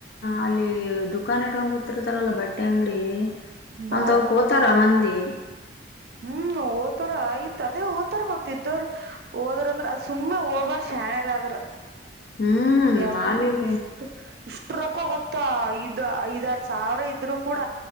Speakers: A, on the left; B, on the right.
A: ಅಲ್ಲಿ ದುಕಾನ್ ಇಟ್ಕಂಕುತಿರ್ತಾರಲ್ಲ ಬಟ್ಟೆ ಅಂಗ್ಡಿ
B: ಬಾಳ್
A: ಅಂತವ್ಕ್
B: ರೊಕ್ಕ
A: ಹೋತಾರ ಮಂದಿ
B: ಹ್ಮ್ ಓತಾರ ಆಯ್ತ್ ಅದೇ ಓತರ ಮತ್ ಇದ್ದೋರು ಓದ್ರಂದ್ರ ಅ ಸುಮ್ಮನೆ ಓಬಾರ ಶ್ಯಣ್ಯಾರಾದ್ರ
A: ಹ್ಮ್
B: ಎಲ್
A: ಮಾಲಿಗೆ
B: ಇಷ್ಟು ಇಷ್ಟು ರೊಕ್ಕ ಗೊತ್ತು ಮ ಇದು ಐದಾರು ಸಾವಿರ ಇದ್ರು ಕೂಡ